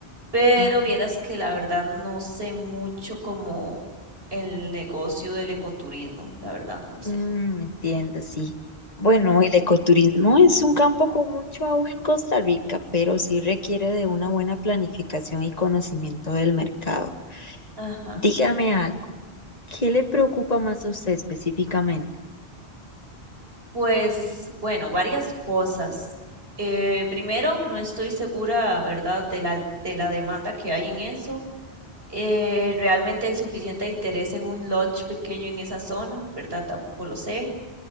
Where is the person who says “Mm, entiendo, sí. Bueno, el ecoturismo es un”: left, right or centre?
Left